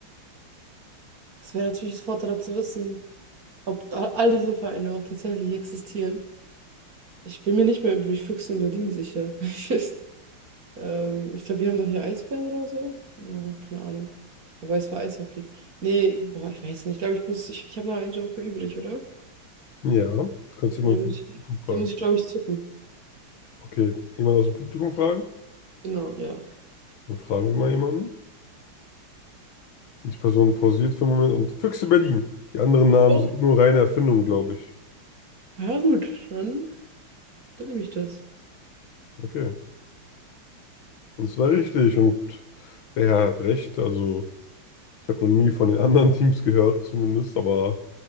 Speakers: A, on the right (about 45°); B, on the left (about 65°).
A: Es wäre natürlich das Vorteil zu wissen, ob all all diese Vereine auch tatsächlich existieren. Ich bin mir nicht mehr über die Füchse in Berlin sicher. <laughs> Ich, Ähm, ich glaube, wir haben doch hier Eisbären oder so. Ja, keine Ahnung. Wobei es war Eishockey. Nee, boah, ich weiß nicht. Ich glaube, ich muss, ich, ich habe noch einen Joker übrig, oder?
B: Ja, kannst du
A: Weil
B: jemanden
A: Den muss
B: vom Publikum
A: ich,
B: fragen.
A: den muss ich glaube ich, zücken.
B: Okay, jemand aus dem Publikum fragen?
A: Genau, ja.
B: Dann fragen wir mal jemanden. Die Person pausiert für einen Moment und Füchse Berlin. Die anderen Namen
A: Oh,
B: sind nur reine Erfindung, glaube ich.
A: ja gut, dann, dann nehme ich das.
B: Okay. Und es war richtig und er hat recht. Also, ich habe noch nie von den anderen <laughs> Teams gehört, zumindest, aber